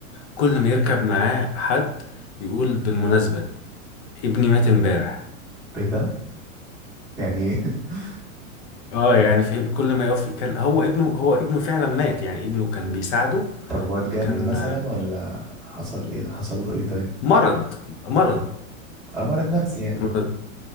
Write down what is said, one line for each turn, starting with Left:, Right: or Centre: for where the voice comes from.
Left: كل ما يركب معاه حد يقول بالمناسبة ابني مات امبارح
Centre: إيه ده يعني إيه <laughs>
Left: اه يعني فاهم كل ما يقف يتكلم هو ابنه هو ابنه فعلا مات يعني ابنه كان بيساعده
Centre: طب هو اتجنن
Left: كان
Centre: مثلا ولا حصل إيه حصل له إيه طيب
Left: مرض مرض
Centre: أو مرض نفسي يعني
Left: مرض